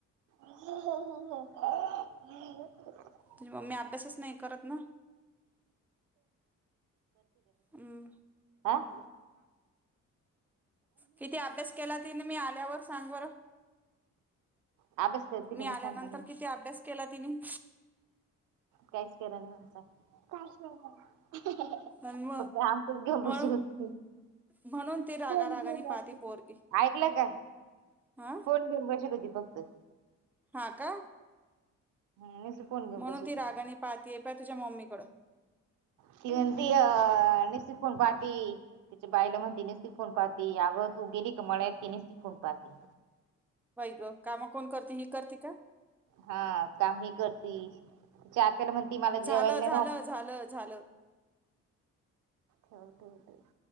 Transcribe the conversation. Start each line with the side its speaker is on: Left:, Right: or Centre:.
Right: <unintelligible>
Centre: तुझी मम्मी अभ्यासच नाही करत ना. हम्म.
Right: आ?
Centre: किती अभ्यास केला तिने मी आल्यावर सांग बर?
Right: अभ्यास करते
Centre: मी
Right: का नाही
Centre: आल्यानंतर
Right: सांग ना.
Centre: किती अभ्यास केला तिनी?
Right: काहीच केला नाही म्हणा. काहीच केला नाही.
Centre: आणि मग
Right: फक्त आमचच घेऊन
Centre: म्हणून
Right: बसेल होती.
Centre: म्हणून ती रागा
Right: <unintelligible>
Centre: रागाने पाहती पोरगी
Right: ऐकलं का?
Centre: हा
Right: फोन घेऊन बसेल होती फक्त.
Centre: हा का?
Right: हम्म, नुसती फोन घेऊन
Centre: म्हणून
Right: बसत
Centre: ती
Right: होती
Centre: रागाने पाहतीये पहाय तुझ्या मम्मीकडं.
Right: ती म्हणती अ निसती फोन पहाती. तिच्या बाईला म्हणती निसती फोन पहाती. अगं तू गेली का मळ्यात ती निसती फोन पहाती.
Centre: बाई ग काम कोण करत ही करती का?
Right: हा काम ही करती? तिच्या आत्याला म्हणती मला जेवायला
Centre: झालं
Right: नाही
Centre: झालं
Right: घातलं.
Centre: झालं झालं
Right: ठेव, ठेव, ठेव.